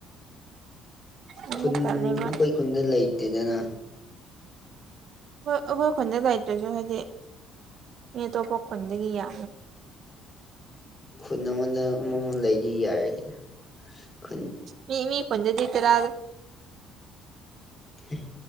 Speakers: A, on the right; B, on the left.
A: ꯑꯃꯨꯛ
B: ꯈꯨꯟ
A: ꯇꯜꯂꯦꯕ
B: ꯑꯩꯈꯣꯏ ꯈꯨꯟꯗ ꯂꯩꯇꯦꯗꯅ
A: ꯍꯣꯏ ꯑꯩꯈꯣꯏ ꯈꯣꯟꯖ ꯗꯥꯏꯇ꯭ꯔꯁꯨ ꯍꯥꯏꯗꯤ ꯃꯤ ꯇꯣꯞꯄ ꯈꯨꯗꯒꯤꯌꯥ
B: ꯈꯨꯟ ꯑꯃꯗ ꯑꯃꯃꯝ ꯂꯩꯗꯤ ꯌꯥꯔꯦꯁꯤꯅ ꯈꯨꯟ
A: ꯃꯤ ꯃꯤ ꯀꯣꯟꯗꯦꯗꯤꯇꯦ ꯔ
B: ꯍꯤ